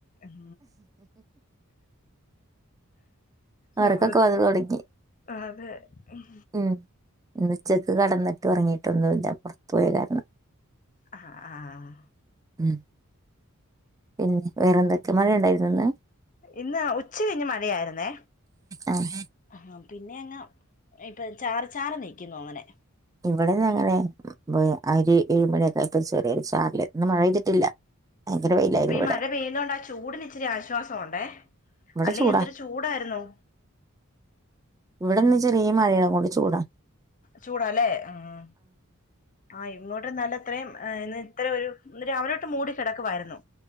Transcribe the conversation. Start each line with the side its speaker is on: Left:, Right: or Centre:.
Left: ഉം
Right: ഒറക്കൊക്കെ
Left: നമ്മള്
Right: വന്ന് തൊടങ്ങി.
Left: അതെ ഉം
Right: ഉം ഇന്നുച്ചക്ക് കടന്നിട്ട് ഒറങ്ങീട്ടൊന്നുല്ല പോർത്ത് പോയ കാരണം.
Left: ആഹ് ആഹ്
Right: ഉം പിന്നെ വേറെന്തെക്കെ മഴ ണ്ടായിര്ന്നോ ഇന്ന്?
Left: ഇന്ന് ഉച്ച കഴിഞ്ഞ് മഴയായിര്ന്നേ
Right: ആഹ്
Left: ഹാം പിന്നെ അങ്ങ് ഇപ്പൊ ചാറി ചാറി നിക്കുന്നു അങ്ങനെ
Right: ഇവടെ ഞങ്ങളെ ബ് അരി ഏഴുമണിയൊക്കായപ്പോ ചെറിയൊര് ചാറല് ഇന്ന് മഴ പെയ്തിട്ടില്ല. ഭയങ്കര വെയിലായിരുന്നു
Left: ഇപ്പൊ ഈ
Right: ഇവിടെ
Left: മഴ പെയ്യുന്നൊണ്ട ചൂടിന് ഇച്ചിരി ആശ്വാസോണ്ടേ
Right: ഇവിടെ
Left: അല്ലെങ്കി
Right: ചൂടാ
Left: എന്തൊരു ചൂ ചൂടാര്ന്നു.
Right: ഇവടെന്ന് ചെറിയ മഴയാകൊണ്ട് ചൂടാ.
Left: ചൂടാല്ലേ ആഹ്. ആഹ് ഇങ്ങോട്ട് നല്ല ത്രയും എഹ് ഇന്ന് ത്ര ഒരു ഇന്ന് രാവിലൊട്ട് മൂടി കെടക്കുവായിരുന്നു.